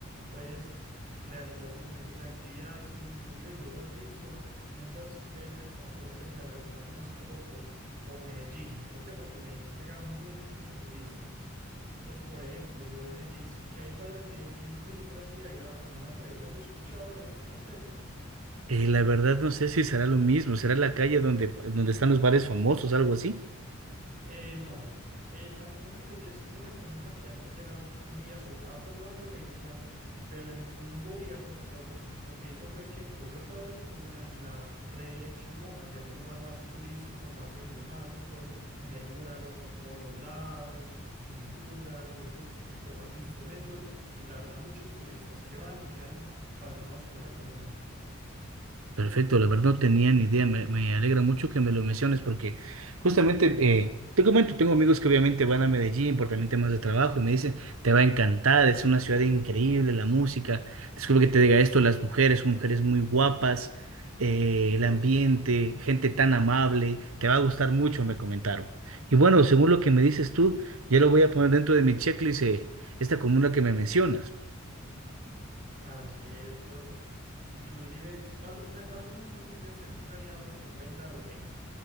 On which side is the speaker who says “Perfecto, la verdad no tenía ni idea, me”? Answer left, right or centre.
Right